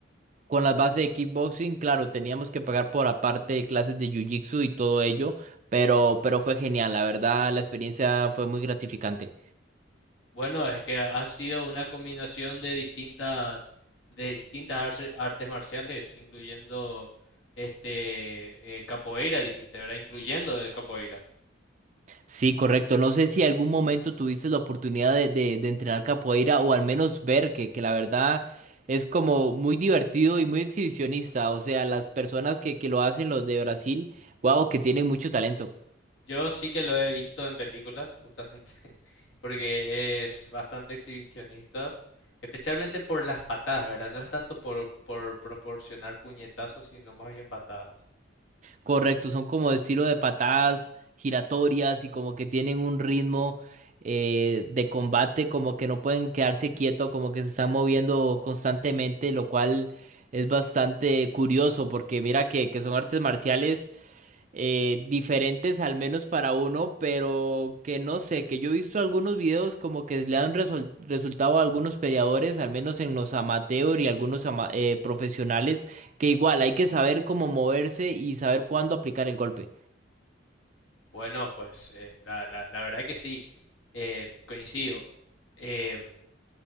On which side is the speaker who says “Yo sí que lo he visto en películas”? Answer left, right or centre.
Left